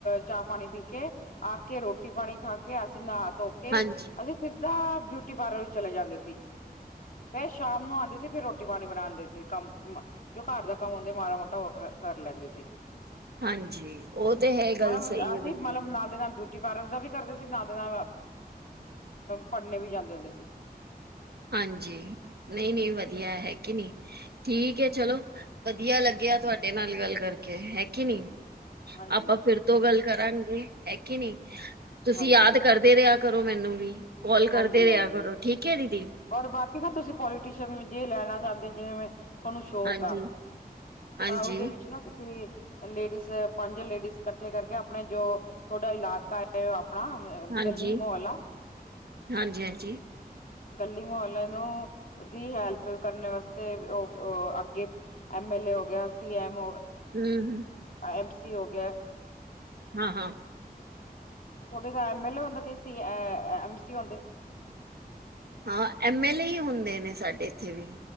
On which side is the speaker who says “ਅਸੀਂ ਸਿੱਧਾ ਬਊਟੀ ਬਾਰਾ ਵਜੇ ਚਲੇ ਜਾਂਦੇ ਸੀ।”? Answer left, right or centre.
Left